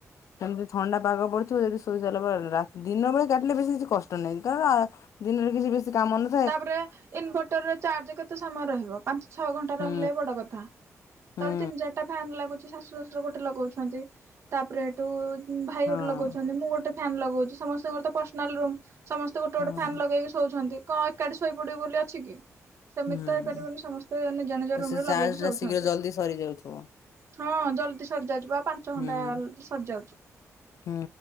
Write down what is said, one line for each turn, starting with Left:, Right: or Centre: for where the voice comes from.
Left: ସେମିତି ଥଣ୍ଡା ପାଗ ପଡିଥିବ ଯଦି ଶୋଇ ସାରିଲା ପରେ ଦିନ ବେଳେ କାଟିଲେ ବେଶୀ କିଛି କଷ୍ଟ ନାହିଁ କାରଣ ଦିନରେ କିଛି ବେଶୀ କାମ ନ
Right: ତାପରେ ଇନଭର୍ଟର ଚାର୍ଜ କେତେ? ସମୟ ରହିବ ପାଞ୍ଚ ଛଅ ଘଣ୍ଟା
Left: ହୁଁ
Right: ରହିଲେ ବି ବଡ କଥା
Left: ହୁଁ
Right: ତର ତିନି ଚାରିଟା ଫ୍ୟାନ୍ ଲାଗୁଛି ଶାଶୁ ଶଶୁର ଗୋଟେ ଲଗଉଛନ୍ତି ତାପରେ ହେଠୁ ଭାଇ
Left: ହଁ
Right: ଗୋଟେ ଲଗାଉଛନ୍ତି ମୁଁ ଗୋଟେ ଫ୍ୟ। ନ୍ ଲଗାଉଛି ସମସ୍ତଙ୍କର ତ ପର୍ସନାଲ ରୁମ ସମସ୍ତେ ଗୋଟେ ଗୋଟେ
Left: ହଁ
Right: ଫ୍ୟାନ୍ ଲଗେଇକି ଶୋଉଛନ୍ତି। କଣ ଏକାଠି ଶୋଇପଡିବ ବୋଲି ଅଛି କି? ସେମିତି
Left: ହୁଁ
Right: ତ ହେଇପାରିବନି ସମସ୍ତେ ଜେ ଜନେଜ
Left: ତ
Right: ରୁମ
Left: ସେ
Right: ରେ ଲଗେଇକି
Left: ଚାର୍ଜ
Right: ଶଉଛନ୍ତି।
Left: ଟା ଶୀଘ୍ର ଜଲଦି ସରିଯାଉଥିବ
Right: ହଁ ଜଲଦି ସରିଯାଉଛି ପା ପାଞ୍ଚ ଘଣ୍ଟା
Left: ହୁଁ।
Right: ସରିଯାଉଛି।
Left: ହୁଁ